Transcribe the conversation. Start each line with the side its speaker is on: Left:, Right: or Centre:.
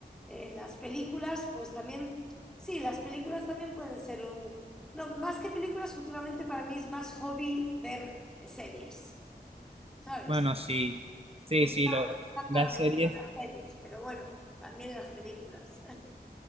Centre: Eh, las películas, pues también... Sí, las películas también pueden ser un... No, más que películas, últimamente para mí es más hobby ver series, ¿sabes?
Right: bueno, sí, sí,
Centre: Últimamente
Right: sí, lo,
Centre: están
Right: las
Centre: más de
Right: series
Centre: moda las series, pero bueno, también las películas.